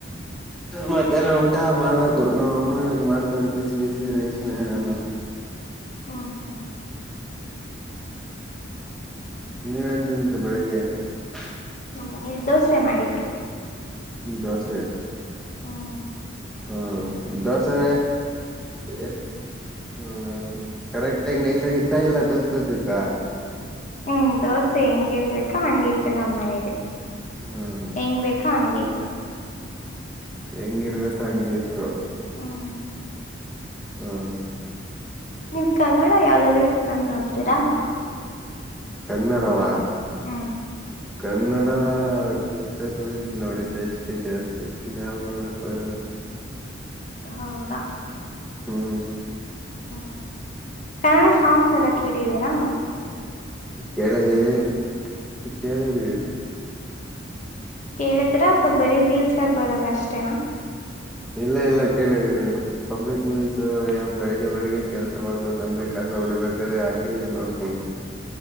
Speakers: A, in the centre; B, on the left.
A: ಮಧ್ಯಾಹ್ನ, ಊಟ ಮಾಡ್ಬೇಕು! ನಮ್ಮ್ ಅಮ್ಮ ಮಾಡ್ತಾರೆ, ಬಿಸಿ, ಬಿಸಿ, ರೈಸ್, ಏನೆಲ್ಲ. <inaudible>
B: ಹ್ಮ, ಹ್ಮ್ಮ್. <inaudible>
A: ನೀವುಟೆನುಥಿಂಡ್ರಿ, ಬೆಳಿಗ್ಗೆ? <inaudible>
B: ನಾಮುಮನೇಲಿ, ದೋಸೆ ಮಾಡಿದ್ರು. <inaudible>
A: ದೋಸೆ. <inaudible>
B: ಹ್ಮ... <inaudible>
A: ಹ್ಮ, ದೋಸೆ, ಈ, ಹ್ಮ್, ಕರೆಕ್ಟಾಗಿ ನೈಸ್ ಆಗಿತ್ತಾ ಇಲ್ಲ, ತೂತುಇಥ. <inaudible>
B: ಹ್ಮ್, ದೋಸೆ, ಹೆಂಗಿರಬೇಕು, ಹಂಗಿತ್ತು, ನಮ್ಮ್ ಮನಲಿ. <inaudible>
A: ಹ್ಮ್
B: ಹೆಂಗ್, ಬೇಕು, ಹಂಗೆ. <inaudible> ಊಟ? <inaudible>
A: ಹೆಂಗಿರ್ಬೇಕು, ಹಂಗೆ ಇತ್ತು. <inaudible>
B: ಹ್ಮ್
A: ಹಾ.. <inaudible>
B: ನೀವ್, ಕನ್ನಡ ಯಾವ್ದಾದ್ರರು, ಫಿಲಮ್ ನೋಡ್ತೀರಾ? <inaudible>
A: ಕನ್ನಡವಾ. <inaudible>
B: ಹ್ಮ್.. <inaudible>
A: ಕನ್ನಡ, ಕಿಚ್ಚ, ಸುದೀಪ್, ನೋಡಿದೇ, ಅಷ್ಟೇ, ಜಾಸ್ತಿ, ಇನ್ಯಾವು, ನೋಡಕ್ ಹೋಗಿಲ್ಲ. <inaudible>
B: ಹೌದಾ. <unintelligible>
A: ಹ್ಮ್... <inaudible>
B: ಹಾ, ಕನ್ನಡ, ಸಾಂಗ್ಸ್, ಎಲ್ಲ ಕೇಳಿದೀರಾ? <inaudible>
A: ಕೇಳಿದ್ದೇವಿ, ಕೇಳಿದ್ದೇವಿ. <inaudible>
B: ಕೇಳಿದ್ರ, ಅಥವಾ, ಬರೀ ರೀಲ್ಸ್ರ್ ಬರದ, ಅಷ್ಟೇನಾ? <inaudible>
A: ಇಲ್ಲ, ಇಲ್ಲ, ಕೇಳಿದೀನಿ, ಪಬ್ಲಿಕ್ ಮೂವೀಸ್ ಬೆಳಿಗ್ಗೆ! ಬೆಳಿಗ್ಗೆ, ಕೆಲ್ಸ ಮಾಡ್ಬೇಕಂದ್ರೆ? ಕಸ ಹೊಡಿಬೇಕಾರೆೆ, ಹಾಕಿ ನೋಡ್ತೀನಿ. <inaudible>